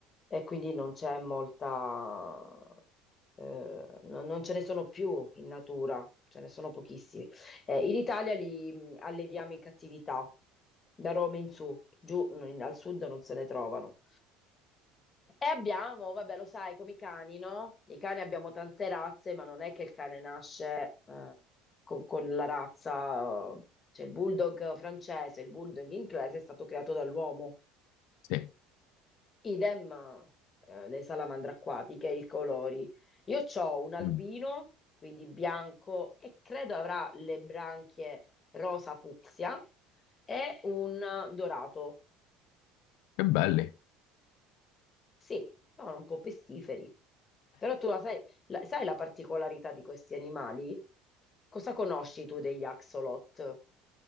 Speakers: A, on the left (about 20°); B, on the left (about 70°).
A: e quindi non c'è molta, eh, no- non ce ne sono più in natura, ce ne sono pochissimi. Eh, in Italia li mh, alleviamo in cattività, da Roma in su, giù no, in- al sud non se ne trovano. E abbiamo, vabbè, lo sai, come i cani, no? I cani abbiamo tante razze, ma non è che il cane nasce eh, con, con la razza, eh, cioè il bulldog francese, il bulldog inglese è stato creato dall'uomo.
B: Sì.
A: Idem, eh, le salamandre acquatiche, i colori. Io ho un albino,
B: Mm.
A: quindi bianco, e credo avrà le branchie rosa fucsia e un dorato.
B: Che belli.
A: Sì, sono un po' pestiferi. Però tu la sai, la- sai la particolarità di questi animali? Cosa conosci tu degli axolot?